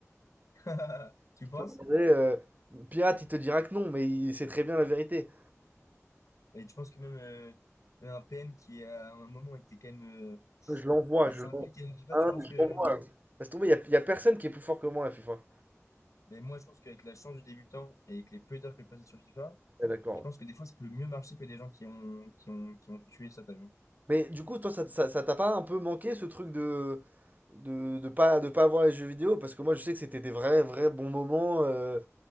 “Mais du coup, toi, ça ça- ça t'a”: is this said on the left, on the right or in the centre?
Right